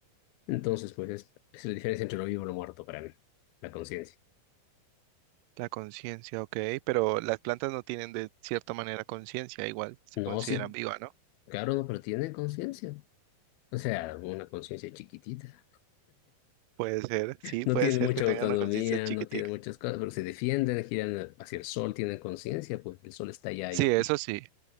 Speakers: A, on the left; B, on the right.
A: Entonces, pues es, es la diferencia entre lo vivo y lo muerto para mí, la conciencia.
B: La conciencia, ok, pero las plantas no tienen de cierta manera conciencia, igual se
A: No,
B: consideran
A: sí,
B: viva, ¿no?
A: claro, no, pero tienen conciencia. O sea, una conciencia chiquitita.
B: Puede ser, sí,
A: No
B: puede
A: tienen
B: ser
A: mucha
B: que tengan
A: autonomía,
B: una conciencia chiquitica.
A: no tienen muchas cosas, pero se defienden, giran hacia el sol, tienen conciencia, pues el sol está allá,
B: Sí,
A: yo
B: eso
A: giro.
B: sí,